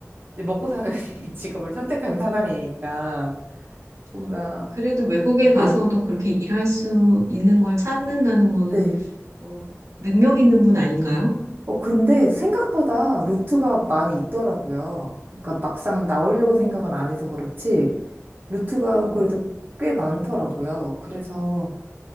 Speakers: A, on the right (about 40°); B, on the right (about 75°).
A: 이제 먹고 사는 <laughs> 직업을 선택한 사람이니까, 뭔가,
B: 어, 그래도 외국에 가서도
A: 네.
B: 그렇게 일할 수 있는 걸 찾는다는 거는,
A: 네.
B: 뭐 능력 있는 분 아닌가요?
A: 어, 근데 생각보다 루트가 많이 있더라고요. 그러니까 막상 나오려고 생각을
B: 음,
A: 안 해서 그렇지, 루트가
B: 음.
A: 그래도 꽤 많더라고요. 그래서